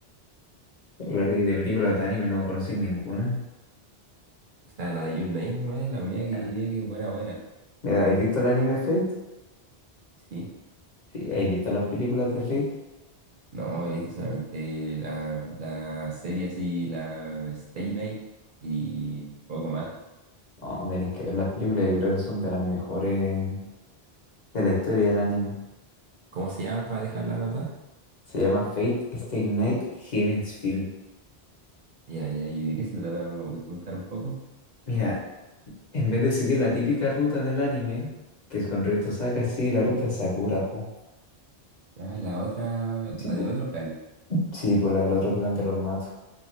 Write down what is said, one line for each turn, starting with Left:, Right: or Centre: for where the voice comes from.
Left: claro, y de películas de anime no conocí ninguna.
Right: O sea, la de Your Name nomás es la única que
Left: Bueno,
Right: diría que es buena, buena.
Left: Mira, ¿has visto el anime Fate?
Right: Sí.
Left: Sí, ¿has visto las películas de Fate?
Right: No, he visto solamente la, la serie así, la Stay Night y poco más.
Left: No, tenéis que ver las películas, yo creo que son de las mejores de la historia del anime.
Right: ¿Cómo se llama para dejar la nota?
Left: Se llama Fate Stay Night Heaven's Field.
Right: Ya, ya, ¿y de qué se trata? ¿Me voy a comentar un poco?
Left: Mira, en vez de seguir la típica ruta del anime, que es con Rito Saka, sigue la ruta de Sakura, po.
Right: Ah, la otra, la
Left: Sí, po.
Right: del otro plan.
Left: Sí, por la del otro clan de los matos.